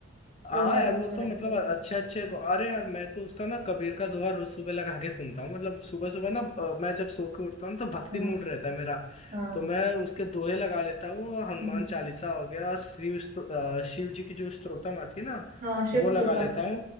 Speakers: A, on the left (about 35°); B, on the right (about 45°).
A: हाँ
B: वो बहुत
A: यार
B: अच्छा
A: वो तो
B: लगता
A: मतलब
B: है
A: अच्छे अच्छे अरे यार मैं तो उसका ना कबीर का दोहा रोज सुबह लगा के सुनता हूँ मतलब सुबह सुबह ना अ, मैं जब सो के उठता हूँ तो भक्ति
B: हाँ
A: मूड रहता है मेरा
B: हाँ
A: तो मैं उसके दोहे लगा लेता हूँ हनुमान
B: हम्म,
A: चालीसा हो गया श्री स्तो- अ, शिव जी की जो स्त्रोतम आती है ना
B: हाँ शिव
A: वो
B: श्रुतम
A: लगा लेता हूँ